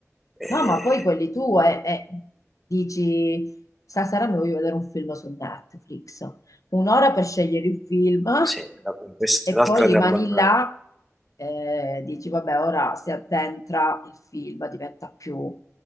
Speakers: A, in the centre; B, on the left.
A: E,
B: No, ma poi quelli tu eh, eh, dici, stasera mi voglio vedere un film su Netflix, un'ora per scegliere il film <laughs>
A: sì, vabbè, questa
B: e
A: è un'altra
B: poi rimani
A: dramma,
B: là, eh, dici, vabbè, ora si addentra il film, diventa più...